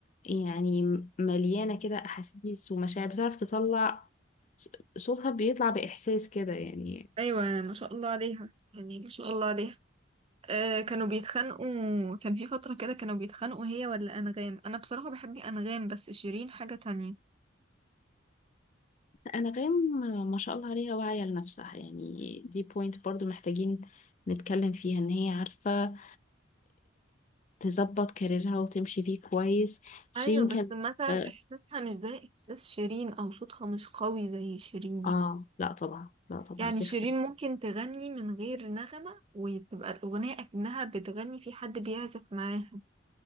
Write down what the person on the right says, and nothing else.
ايوه ما شاء الله عليها يعني ما شاء الله عليها آه كانوا بيتخانقوا كان في فتره كده كانوا بيتخانقوا هي ولا انغام انا بصراحه بحب انغام بس شيرين حاجه تانية
ايوه بس
مثلا
احساسها مش زي احساس شيرين او صوتها مش قوي زي شيرين
يعني
شيرين
ممكن تغني من غير نغمة وتبقى الأغنية أكنها بتغني في حد بيعزف معاها